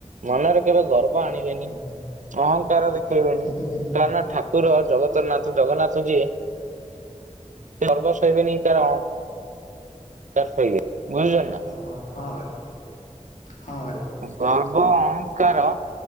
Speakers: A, on the right (about 75°); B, on the left (about 85°).
A: ମନରେ କେବେ ଗର୍ବ ଆଣିବେନି
B: ଆଜ୍ଞା ବୁଝୁଛି
A: ଅହଂଙ୍କାର ଦେଖେଇବେନି
B: ସେତ କଥା
A: କାରଣ ଠାକୁର। ଠାକୁର ଜଗତରନାଥ ଜଗନ୍ନାଥ ଯିଏ। ଗର୍ବ ସହିବେନି କାର କାର ସହିବେନି ବୁଝୁଛ ନା।
B: ହଁ ହଁ ଭାଇ ହଁ ଭାଇ।
A: ଗର୍ବ ଅହଂଙ୍କାର।